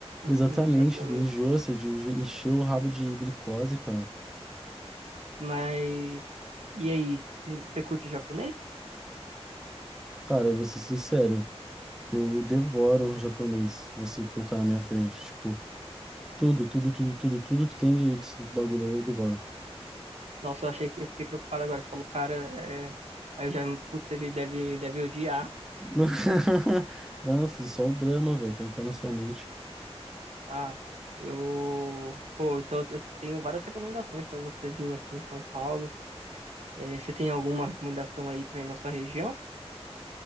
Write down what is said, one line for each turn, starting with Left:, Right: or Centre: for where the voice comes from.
Centre: Exatamente,
Right: num certo momento.
Centre: enjoa, você enche- encheu o rabo de glicose, cara.
Right: Mas e aí, você curte japonês?
Centre: Cara, eu vou ser sincero. Eu devoro japonês, você colocar na minha frente. Tipo, tudo, tudo, tudo, tudo, tudo que tem de desse bagulho aí eu devoro.
Right: Nossa, eu achei que eu fiquei preocupado agora. Você falou, cara, é... aí eu já, putz, ele deve, deve odiar.
Centre: <laughs> Mano, eu fiz só o drama, velho, pra entrar na sua mente.
Right: Ah, eu, pô, então eu tenho várias recomendações para você vir aqui em São Paulo. É, você tem alguma recomendação aí para ir na sua região?